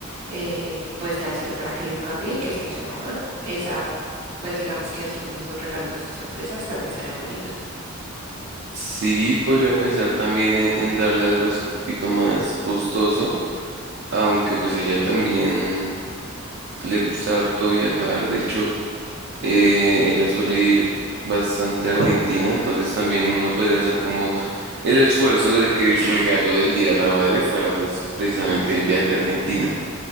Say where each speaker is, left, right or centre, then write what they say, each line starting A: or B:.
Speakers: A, on the right; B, on the right.
A: eh, pues dárselo para que lo cambie y que sea ya más nuevo. Esa, pues digamos que así como sus regalos así sorpresas también estarían bonitos.
B: Sí, podría pensar también en, en darle algo así un poquito más costoso, aunque pues ella también le gusta harto viajar. De hecho, Eh, ella suele ir bastante a Argentina, entonces también uno podría hacer como el esfuerzo de que el regalo del Día de la Madre fuera pues precisamente el viaje a Argentina.